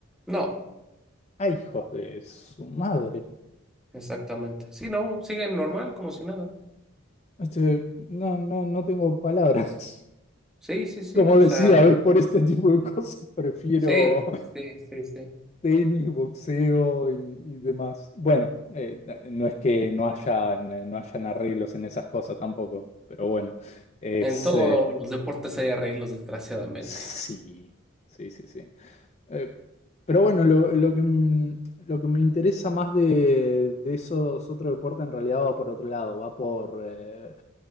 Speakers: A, in the centre; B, on the left.
A: no,
B: Ay, hijos de su madre.
A: exactamente. Sí, no, siguen normal, como si nada.
B: Este, no, no, no tengo palabras.
A: Sí, sí, sí,
B: Como
A: o
B: decía,
A: sea,
B: ¿ves? por este <laughs> tipo de cosas prefiero
A: sí, sí, sí, sí.
B: tenis, boxeo y, y demás. Bueno, eh, no es que no haya, no hayan arreglos en esas cosas tampoco, pero bueno, es...
A: En todos
B: eh,
A: los deportes hay arreglos, desgraciadamente.
B: sí, sí, sí, sí. Eh, pero bueno, lo, lo que, m- lo que me interesa más de, de esos otros deportes en realidad va por otro lado, va por eh,